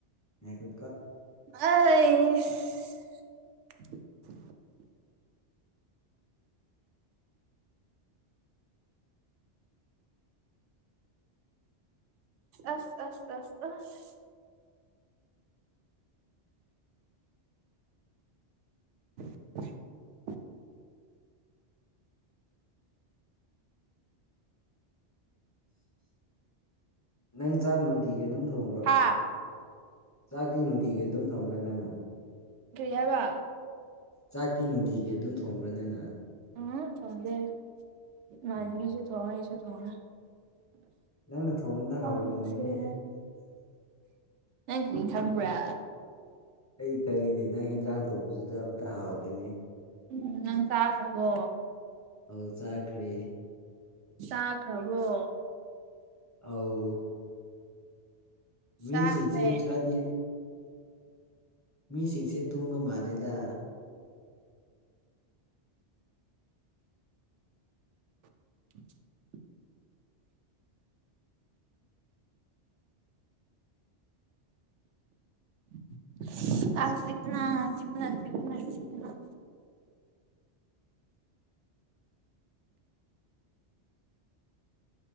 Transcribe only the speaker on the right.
ꯑꯩꯁ ꯑꯁ ꯑꯁ ꯑꯁ ꯑꯁ <inaudible> <inaudible>
ꯍꯥ
ꯀꯔꯤ ꯍꯥꯏꯕ
ꯎꯝ ꯊꯣꯡꯗꯦꯗ ꯃꯥꯟꯕꯤꯁꯨ
ꯊꯣꯡꯉꯦ ꯑꯩꯁꯨ ꯊꯣꯡꯉꯦ
ꯀꯥꯡꯁꯦꯑ
ꯅꯪ ꯀꯔꯤ ꯈꯪꯕ꯭ꯔꯥ
ꯎꯝ ꯅꯪ ꯆꯥꯈ꯭ꯔꯕꯣ
ꯆꯥ ꯈ꯭ꯔꯕꯣ
ꯆꯥꯈ꯭ꯔꯦ
<inaudible> <inaudible> ꯀꯥꯡ ꯆꯤꯛꯄꯅ ꯆꯤꯛꯄꯅ ꯆꯤꯛꯄꯅ ꯆꯤꯛꯄꯅ <inaudible> <inaudible>